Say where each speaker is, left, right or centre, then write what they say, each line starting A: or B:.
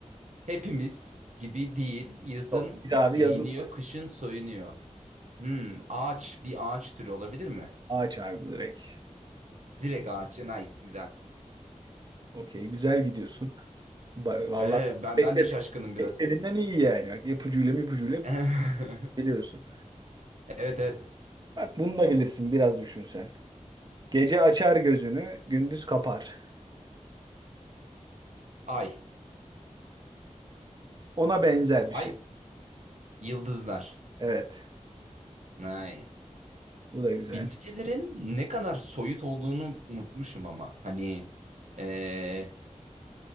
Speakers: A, on the right (about 65°); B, on the right (about 35°).
A: Hepimiz gibi değil. Yazın
B: Çok. Bir abi
A: giyiniyor,
B: yazın soyunur.
A: kışın soyunuyor. Hmm, ağaç bir ağaç türü olabilir mi?
B: Ağaç abi direkt.
A: Direkt ağaç. e, Nice, güzel.
B: Okey güzel gidiyorsun. Ba- Vallahi
A: Ee, ben
B: bekledim.
A: ben de şaşkınım biraz.
B: Beklediğinden iyi yani. Bak ipucuyla ipucuyla
A: <laughs>
B: biliyorsun.
A: Evet evet.
B: Bak bunu da bilirsin biraz düşün sen. Gece açar gözünü, gündüz kapar.
A: Ay.
B: Ona benzer bir
A: Ay
B: şey.
A: yıldızlar.
B: Evet,
A: Nice.
B: bu da güzel.
A: Bilmecelerin ne kadar soyut olduğunu unutmuşum ama hani ee,